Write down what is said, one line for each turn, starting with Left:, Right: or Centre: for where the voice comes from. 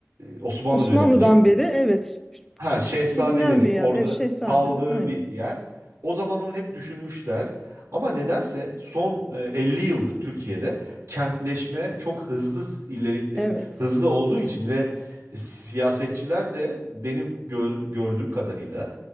Right: Osmanlı
Centre: Osmanlı'dan
Right: döneminin.
Centre: beri evet
Right: Ha, şehzadelerin
Centre: bilinen bir yer.
Right: orada
Centre: Ev Şehzade'dir
Right: kaldığı
Centre: aynen.
Right: bir yer. O zaman onu hep düşünmüşler. Ama nedense son e, 50 yıldır Türkiye'de kentleşme çok hızlı ileri
Centre: Evet.
Right: e, hızlı olduğu için ve siyasetçiler de benim gö- gördüğüm kadarıyla